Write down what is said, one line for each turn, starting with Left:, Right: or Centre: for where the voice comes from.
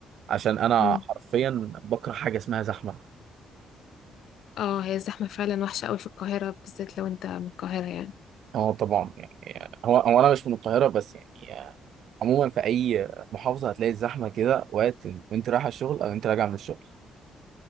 Right: عشان انا
Left: مم.
Right: حرفيا بكره حاجه اسمها زحمه
Left: اه هي الزحمه فعلا وحشه قوي في القاهره بالذات لو انت من القاهره يعني
Right: اه طبعا يعني هو هو انا مش من القاهره بس يعني آه، عموما في اي محافظه هتلاقي الزحمه كده وقت وانت رايح الشغل او انت راجع من الشغل